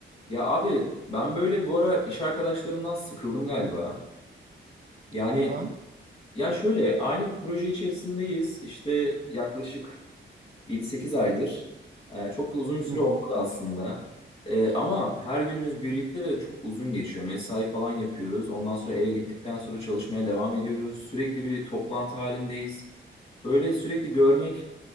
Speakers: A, on the left; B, on the right.
A: Ya abi ben böyle bu ara iş arkadaşlarımdan sıkıldım galiba. Yani
B: Neden?
A: ya şöyle aynı proje içerisindeyiz. İşte yaklaşık yedi sekiz aydır. Ee, çok da uzun bir süre
B: Hı hı.
A: olmadı aslında. Ee, ama her günümüz birlikte ve çok uzun geçiyor. Mesai falan yapıyoruz. Ondan sonra eve gittikten sonra çalışmaya devam ediyoruz. Sürekli bir toplantı halindeyiz. Böyle sürekli görmek